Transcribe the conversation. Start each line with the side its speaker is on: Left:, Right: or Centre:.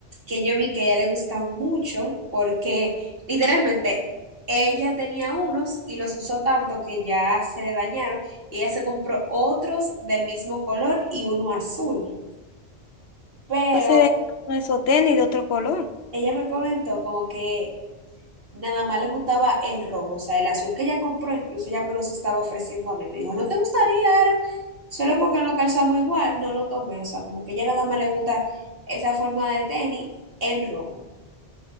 Right: que yo vi que a ella le gustan mucho porque literalmente ella tenía unos y los usó tanto que ya se le dañaron y ella se compró otros del mismo color y uno azul. Pero
Left: Entonces, de uno esos tenis de otro color.
Right: ella me comentó como que nada más le gustaba el rojo, o sea, el azul que ella compró, incluso ella me los estaba ofreciendo a mí. Me dijo, ¿no te gustaría? Era solo porque no calzamos igual, no lo tomé, o sea, como que ella nada más le gusta esa forma de tenis en rojo.